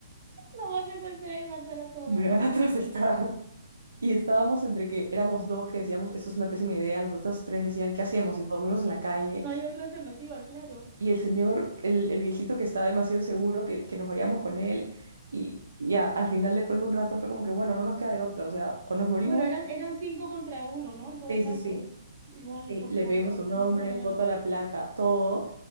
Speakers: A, on the right; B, on the right.
A: No va a secuestrar y matar a todas.
B: Me van a <laughs> traficar. Y estábamos entre que éramos dos que decíamos, esto es una pésima idea, las otras tres decían, ¿qué hacemos? Y nos dormimos en la calle.
A: No hay otra alternativa, claro.
B: Y el señor, el, el viejito que estaba demasiado seguro que, que nos vayamos con él. Y ya, al final, después de un rato, fue como que, bueno, no nos queda de otra. O sea, o nos morimos.
A: Bueno, eran, eran cinco contra uno, ¿no? En todo
B: Sí,
A: caso.
B: sí, sí.
A: Igual
B: Sí,
A: por,
B: le
A: por,
B: pedimos
A: por
B: un nombre,
A: número ganamos.
B: foto a la placa, todo.